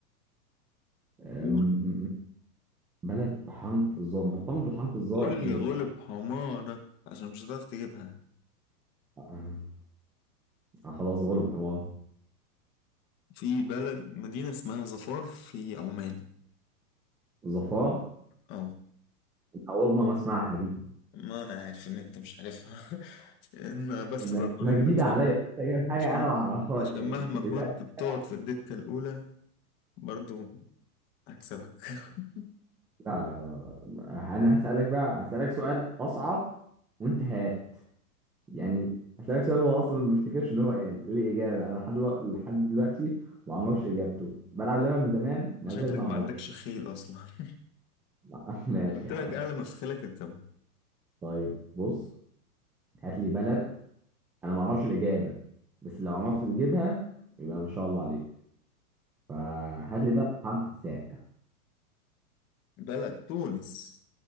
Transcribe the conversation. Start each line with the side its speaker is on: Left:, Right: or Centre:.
Centre: أم-
Left: قول
Centre: بلد بحرف الظا ما هو برضه حرف الظا
Left: قول
Centre: يعني
Left: لي غلب حمارك عشان مش هتعرف تجيبها
Centre: أم، آه خلاص غلب حمار
Left: في بلد مدينة اسمها ظفار في عمان
Centre: ظفار
Left: اه
Centre: أول مرة أسمعها دي
Left: ما انا عارف ان انت مش عارفها <laughs> انا بس
Centre: ما
Left: بضمن
Centre: ما
Left: المكسب
Centre: جديدة عليا لسه جايب حاجة
Left: عشان
Centre: أنا ما أعرفهاش
Left: عشان
Centre: يعني
Left: مهما كنت
Centre: اسألني
Left: بتقعد
Centre: أنا
Left: في الدكة الأولى برضو هكسبك <laughs>
Centre: لا لا لا لا أنا هسألك بقى هسألك سؤال أصعب وأنت هات يعني هسألك سؤال هو أصلا ما افتكرش إن هو يعني ليه إجابة أنا لحد دلوق- لحد دلوقتي ما أعرفش إجابته بلعب اللعبة من زمان ومزاج
Left: شكلك
Centre: ما أعرفش
Left: ما عندكش خيل أصلا <laughs>
Centre: لا، <laughs> ماشي
Left: قلت
Centre: يا
Left: لك
Centre: عم
Left: أعلى ما في خيلك اركبه
Centre: طيب بص هات لي بلد أنا ما أعرفش الإجابة بس لو عرفت تجيبها يبقى ما شاء الله عليك فهات لي بقى حرف الساء
Left: بلد تونس